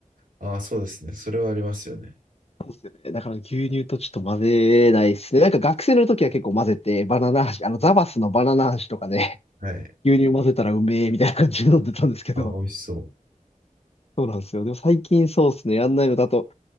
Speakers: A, on the right (about 80°); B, on the left (about 45°).
A: ああ、そうですね。それはありますよね。
B: そうですよね。だから牛乳とちょっと混ぜないですね。なんか学生の時は結構混ぜて、バナナ味、あの、ザバスのバナナ味とかで、
A: はい。
B: 牛乳混ぜたらうめえみたいな感じで飲んでたんですけど、
A: ああ、美味しそう。
B: そうなんですよ。でも最近そうですね。やんないのだと、